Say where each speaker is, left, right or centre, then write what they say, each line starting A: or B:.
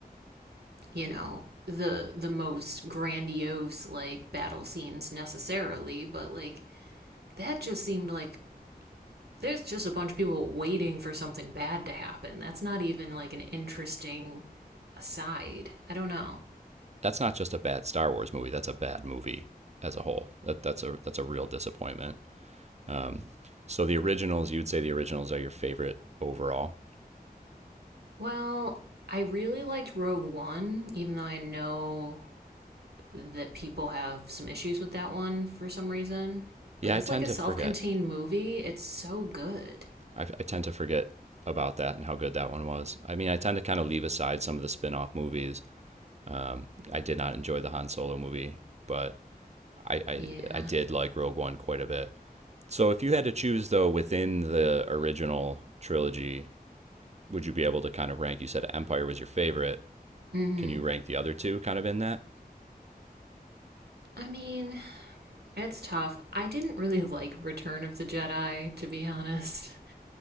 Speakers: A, on the right; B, on the right.
A: you know the the most grandiose like battle scenes necessarily but like that just seemed like there's just a bunch of people waiting for something bad to happen. That's not even like an interesting aside. I don't know.
B: that's not just a bad Star Wars movie. That's a bad movie as a whole. That that's a that's a real disappointment. Um, so the originals, you'd say the originals are your favorite overall.
A: Well, I really liked Rogue One, even though I know that people have some issues with that one for some reason.
B: Yeah,
A: But as
B: I tend
A: like a
B: to
A: self
B: forget
A: contained movie, it's so good.
B: I, I tend to forget about that and how good that one was. I mean, I tend to kind of leave aside some of the spin off movies. Um, I did not enjoy the Han Solo movie, but I, I,
A: Yeah.
B: I did like Rogue One quite a bit. So if you had to choose, though, within the original trilogy, would you be able to kind of rank? You said Empire was your favorite.
A: Mm hmm.
B: Can you rank the other two kind of in that?
A: I mean, it's tough. I didn't really like Return of the Jedi, to be honest.